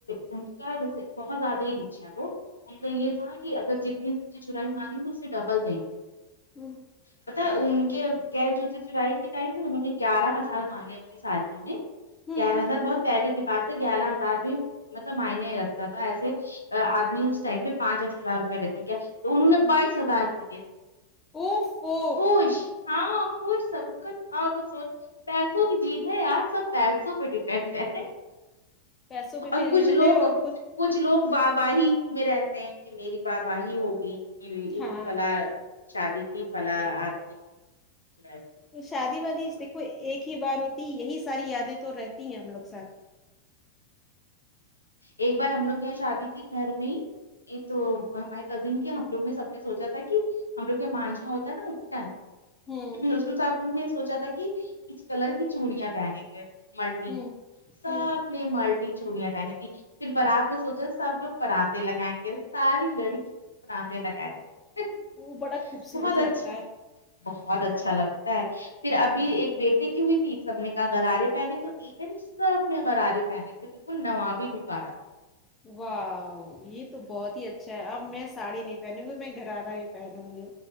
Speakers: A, on the left; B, on the left.
A: ان کا جیسے بہت زیادہ ہی ریچے ہے وہ ان کا یہ تھا کہ اگر جتنی جنی چرائی مانی اس سے ڈبل دیں
B: ہوں
A: پتا ان کے گے جوتے چرائی کے ٹائم میں انہوں نے گیارہ ہزار مانگے ان کی سالیوں نے
B: ہوں
A: گیارہ ہزار بہت پہلے کی بات ہے گیارہ ہزار بھی مطلب معئنے ہی رگتا تھا ایسے آدمی اس ٹائم پہ پانچس ہزار روپئے لیتے کیا تو انہوں نے بائیس ہزار دیے
B: اف فو
A: خوش ہاں خوش سب کچھ آ ہو پیسوں کی جیت ہے یار سب پیسوں پہ ڈیپینڈ کرتے
B: پیسوں پہ
A: اور
B: بھی
A: کچھ
B: ریمنڈ
A: لوگ
B: ہے اور
A: کچھ لوگ واہ واہی میں رہتے کہ میری باہ واہی ہوگی کہ
B: ہاں
A: فلا شادی تھی فلاں آدمی ج <unintelligible>
B: تو شادی وادی دیکھو ایک ہی بار ہوتی یہی ساری یادیں تو رہتی ہیں ہم لوگ ساتھ
A: ایک بار ہم لوگ یہاں شادی تھی گھر میں ہی یہ تو ہمارے کزن کے ہم لوگ میں سب نے سوچا تھا کہ ہم لوگ کا مانجھاہ ہوتا ہے نا اٹٹن
B: ہوں
A: اس کو صاحب نے سوچا تھا کہ اس کلر کی چوڑیاں پہنے ملٹیی
B: ہوں
A: سب
B: ہوں
A: ملٹی چوڑیاں پہنی تھی پھر برات میں سوچا سب لوگاتے لگائیں گے ساری لڑکی لگائے تھے
B: وہ بڑا خوبصورت
A: بہت
B: لگتا
A: اچھا
B: ہے
A: بہت اچھا لگتا ہے پھر ابھی ایک بیٹے کی ہوئی تھی سب نے کا گرارے پہنے تو این آپ نے غرارے پہنے تھے بلکل نوابی ہی لوک آرہا تھا
B: واو یہ تو بہت ہی اچھا ہے اب میں ساڑی نہیں پہنوں گی میں گھرارا ہی پہنوں گی